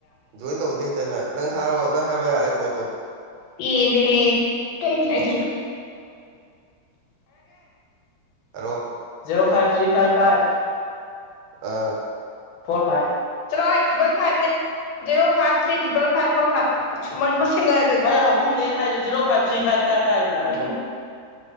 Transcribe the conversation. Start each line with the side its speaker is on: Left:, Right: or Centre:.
Right: ꯖꯣꯏꯟ ꯇꯧꯕꯗꯤ ꯍꯦꯛꯇꯅ ꯅꯪ ꯊꯥꯔꯑꯣ ꯅ ꯍꯥꯏꯔꯣꯏ ꯌꯥꯔꯦ ꯀꯣꯏ ꯇꯣ
Left: ꯄꯦꯂꯦꯍꯦ <unintelligible> <unintelligible> ꯍꯥꯏꯔꯒꯦ
Right: ꯍꯥꯏꯔꯛꯑꯣ
Left: zero five three five five
Right: ꯑꯥ
Left: ꯐꯣꯔ ꯐꯥꯏꯞ ꯆꯂꯣ ꯍꯣꯏ triple ꯐꯥꯏꯞꯅꯦ <unintelligible> five three triple five four five ꯃ <unintelligible> ꯑꯍꯨꯝꯅꯦꯩꯅ ꯍꯥꯏꯔ zero five three five five